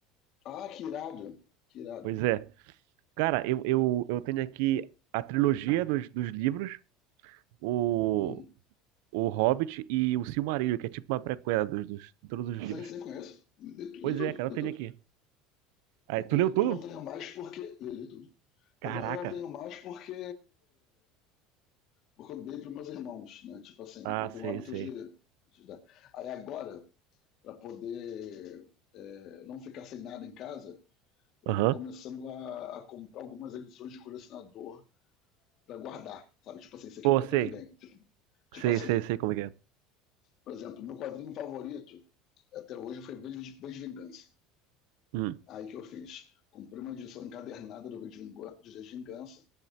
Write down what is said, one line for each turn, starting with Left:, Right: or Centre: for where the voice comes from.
Left: Ah, que irado, que irado.
Right: Pois é. Cara, eu, eu, eu tenho aqui a trilogia dos, dos livros, o,
Left: Uhum.
Right: o Hobbit e o Silmarillion, que é tipo uma prequela dos, dos, de todos os livros.
Left: Sim, sim, conheço. Lê, tu-
Right: Pois
Left: lê tudo,
Right: é, cara,
Left: lê
Right: eu tenho
Left: tudo,
Right: aqui. Aí,
Left: lê tudo.
Right: tu leu tudo?
Left: Eu não tenho mais porque. Lê, lê tudo.
Right: Caraca.
Left: Eu não, eu não tenho mais porque. Porque eu dei para meus irmãos, né? Tipo assim,
Right: Ah,
Left: eu tenho
Right: sei,
Left: o hábito
Right: sei.
Left: de, de dar. Aí agora, para poder é, não ficar sem nada em casa, eu
Right: Aham.
Left: tô começando a, a comprar algumas edições de colecionador para guardar, sabe? Tipo assim, isso aqui
Right: Pô,
Left: eu não dou
Right: sei.
Left: pra ninguém. Tipo, tipo
Right: Sei,
Left: assim,
Right: sei, sei como é que é.
Left: por exemplo, meu quadrinho favorito até hoje foi V de, v de Vingança.
Right: Hum.
Left: Aí que eu fiz? Comprei uma edição encadernada do V de Vingança, de Vingança